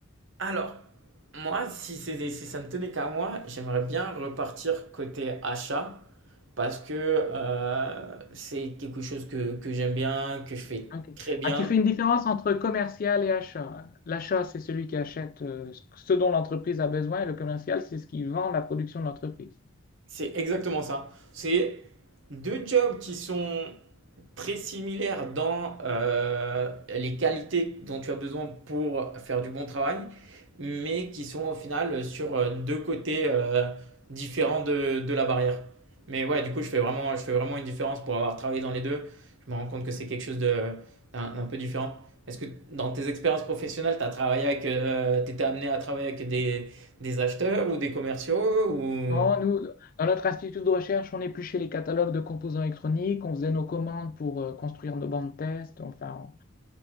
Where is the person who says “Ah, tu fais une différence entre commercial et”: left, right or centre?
Left